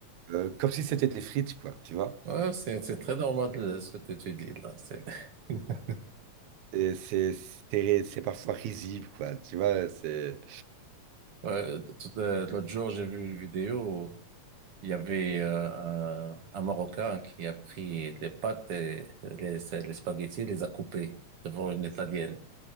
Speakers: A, on the right; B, on the right.
A: euh, comme si c'était des frites, quoi, tu vois.
B: ouais, c'est c'est très normal euh, ce que tu dis là. C'est... <laughs>
A: Et c'est c'est- c'est parfois risible, quoi. Tu vois, c'est.
B: Ouais, tout, euh, l'autre jour, j'ai vu une vidéo. Il y avait euh, un, un Marocain qui a pris les pâtes et les, les spaghettis et les a coupés devant une Italienne.